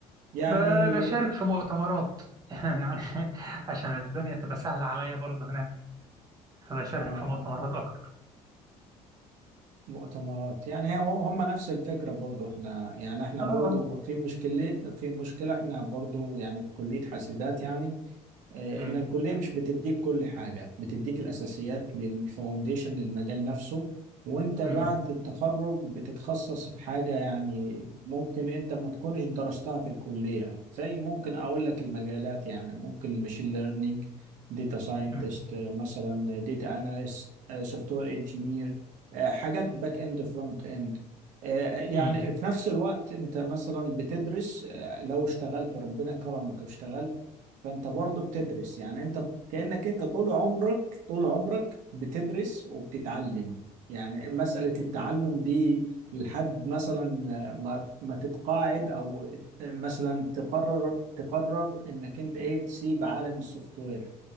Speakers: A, on the right; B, on the right.
A: يعني
B: ب- بشارك في مؤتمرات <laughs> يعني عشان الدنيا تبقى سهلة عليا برضه هناك فبشارك
A: اه
B: في مؤتمرات أكتر
A: مؤتمرات يعني هي- هم نفس الفكرة برضو احنا يعني احنا برضو
B: آه
A: في مشكلة في مشكلة احنا برضو يعني في كلية حاسبات يعني آه،
B: أمم،
A: إن الكلية مش بتديك كل حاجة بتديك الأساسيات للفاونديشن للمجال نفسه وأنت بعد
B: أمم،
A: التخرج بتتخصص في حاجة يعني ممكن أنت ما تكونش درستها في الكلية زي ممكن أقول لك المجالات يعني ممكن ماشين ليرنينج داتا ساينتست
B: أمم،
A: مثلا داتا أناليست سوفت وير انجينير حاجات باك إند فرونت إند آه، يعني
B: أمم،
A: في نفس الوقت انت مثلا بتدرس آه، لو اشتغلت ربنا كرمك واشتغلت فانت برضه بتدرس يعني انت كأنك انت طول عمرك طول عمرك بتدرس وبتتعلم يعني مسألة التعلم دي لحد مثلا ما ما تتقاعد او مثلا تقرر تقرر انك انت ايه تسيب عالم السوفت وير